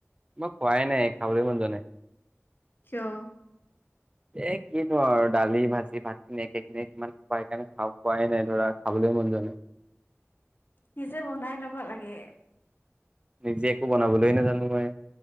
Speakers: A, on the right; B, on the left.
A: মই খোৱাই নাই খাবলৈ মন জাই
B: কিয়
A: এ কিনো আৰু দালি ভাজি ভাত সে খিনি কিমান খায় কাৰণে খাওঁ খোৱাই নাই ধৰা খাবলৈ মন যোৱা নাই
B: নিজে বনাই লব লাগে
A: নিজে একো বনাবলৈ নোজানো মই